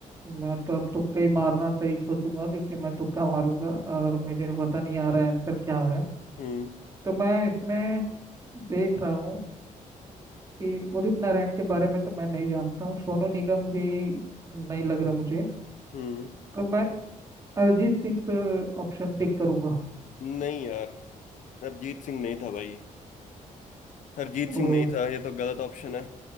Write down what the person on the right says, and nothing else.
मैं तो अब तुक्का ही मारना सही सोचूंगा क्योंकि मैं तुक्का मारूंगा और मुझे पता नहीं आ रहा है आंसर क्या है
तो मैं इसमें देख रहा हूँ कि उदित नारायण के बारे में तो मैं नहीं जानता हूँ सोनू निगम भी नहीं लग रहा मुझे
तो मैं अरिजीत सिंह पे ऑप्शन टिक करूंगा
ओ